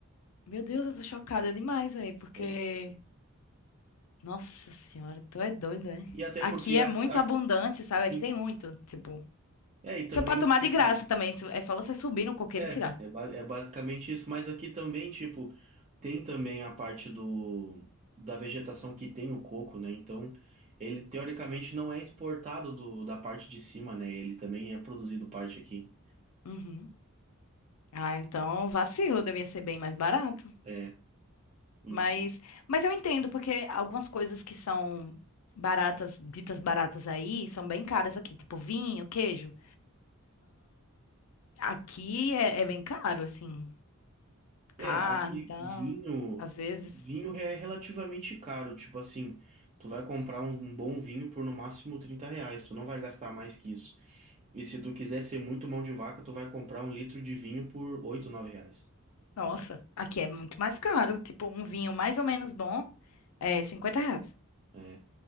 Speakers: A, on the left; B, on the right.
A: Meu Deus, eu tô chocada demais, velho, porque.
B: É.
A: Nossa senhora, tu é doido, é?
B: E até
A: Aqui
B: porque,
A: é
B: a,
A: muito
B: a-
A: abundante, sabe? Aqui
B: sim,
A: tem muito. Tipo,
B: é, e também,
A: você pode tomar
B: tipo,
A: de graça também. se- É só você subir no coqueiro
B: É,
A: e tirar.
B: é, ba- é basicamente isso, mas aqui também, tipo, tem também a parte do da vegetação que tem o coco, né? Então, ele teoricamente não é exportado do, da parte de cima, né? Ele também é produzido parte aqui.
A: Uhum. Ah, então vacilo, devia ser bem mais barato.
B: É, hum.
A: Mas, mas eu entendo, porque algumas coisas que são baratas, ditas baratas aí, são bem caras aqui. Tipo, vinho, queijo. Aqui é, é bem caro, assim.
B: é,
A: Carne,
B: aqui
A: então,
B: vinho,
A: às vezes.
B: vinho é relativamente caro, tipo assim, tu vai comprar um, um bom vinho por no máximo 30 reais, tu não vai gastar mais que isso. E se tu quiser ser muito mão de vaca, tu vai comprar um litro de vinho por 8, 9 reais.
A: Nossa, aqui é muito mais caro. Tipo, um vinho mais ou menos bom é 50 reais.
B: É.